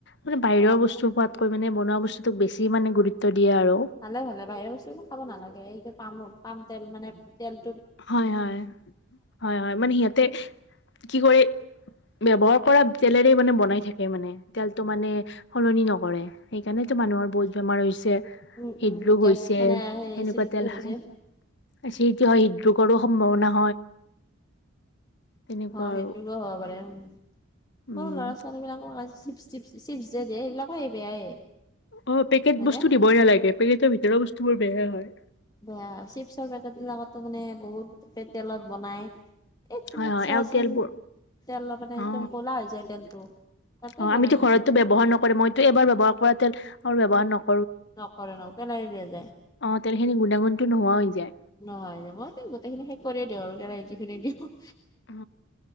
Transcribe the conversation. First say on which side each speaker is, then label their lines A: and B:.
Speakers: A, on the left (about 55°); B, on the left (about 20°).
A: মানে বাহিৰৰ
B: অ
A: বস্তু
B: অ
A: খোৱাতকৈ মানে বনোৱা
B: উম
A: বস্তুক বেছি মানে গুৰুত্ব দিয়ে আৰু।
B: ভালে ভালে বাহিৰৰ বস্তু একো খাব নালাগে এই পামো পাম তেল মানে তেল,
A: হয় হয়। হয় হয় মানে সিহঁতে কি কৰি ব্যৱহাৰ কৰা তেলেৰে মানে বনাই থাকে মানে তেলটো মানে সলনি নকৰে সেইকাৰণে টো মানুহৰ, বহুত বেমাৰ হৈছে
B: উম
A: হৃদৰোগ
B: উম গেছ
A: হৈছে
B: মানে সেই
A: এনেকুৱা
B: এচিডিটি
A: তেল
B: হৈ
A: খাই
B: যে
A: আচিটো হয় হৃদৰোগৰো সম্ভাৱনা হয় তেনেকুৱা
B: অ
A: আৰু
B: সেইটো কে হ'ব পাৰে উ
A: উম।
B: সৰু ল'ৰা ছোৱালী বিলাকক চিপ চিপ চিপ যে দিয়ে এইবিলাকো বেয়াই
A: অ পেকেট
B: হয়নে
A: বস্তু দিবই নালাগে পেকেটৰ ভিতৰত বস্তু বোৰ বেয়াই হয়
B: বেয়া চিপছৰ পেকেটবিলাকতো মানে বহুত পে তেলত বনায় এই তুমি
A: হয় হয়
B: চাবাচোন
A: আৰু তেলবোৰ
B: তেল মানে
A: অ
B: একদম কলা হৈ যায় তেলটো তাতে
A: অ
B: বনাই
A: আমিতো
B: থাকে
A: ঘৰতো ব্যৱহাৰ নকৰে মইতো এবাৰ ব্যৱহাৰ কৰা তেল আৰু ব্যৱহাৰ নক
B: নকৰে নকৰে পেলাই দিয়া যায়
A: অ তেলখিনি গুণাগুণটো নোহোৱা হৈ যায়
B: নহয় যে মই গোটেইখিনি শেষ কৰিয়ে দিওঁ আৰু কেৰা যিখি দ <unintelligible>
A: অ